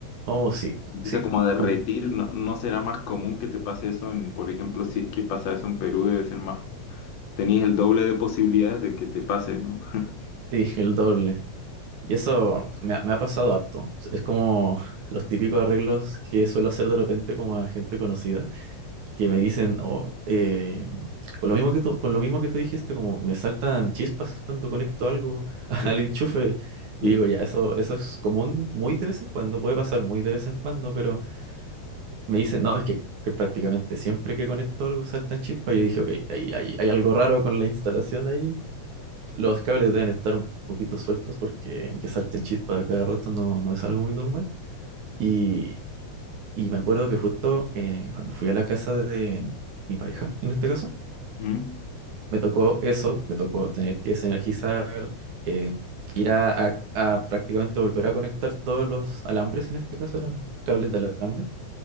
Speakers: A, on the right; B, on the left.
A: Oh, sí,
B: Empieza
A: sí,
B: como a derretir,
A: un-
B: ¿no, no será más común que te pase eso en, por ejemplo, si es que pasa eso en Perú, debe ser más, tenéis el doble de posibilidades de que te pase, ¿no? <laughs>
A: sí, el doble. Y eso me, ha me ha pasado harto. Es como los típicos arreglos que suelo hacer de repente como a gente conocida que me dicen, oh, eh, con lo mismo que tú, con lo mismo que tú dijiste, como me saltan chispas cuando conecto algo <laughs> al
B: Mm,
A: enchufe. Y
B: Sí.
A: digo, ya, eso, eso es común muy de vez en cuando, puede pasar muy de vez en cuando, pero me dicen, no, es que, que prácticamente siempre que conecto algo saltan chispas. Yo dije, ok, hay, hay, hay algo raro con la instalación ahí. Los cables deben estar un poquito sueltos porque que salten chispas a cada rato no, no es algo muy normal. Y, y me acuerdo que justo eh, cuando fui a la casa de mi pareja, en este caso,
B: Mm.
A: me tocó eso, me tocó tener que desenergizar, eh, ir a, a- a prácticamente volver a conectar todos los alambres, en este caso eran cables de alambre,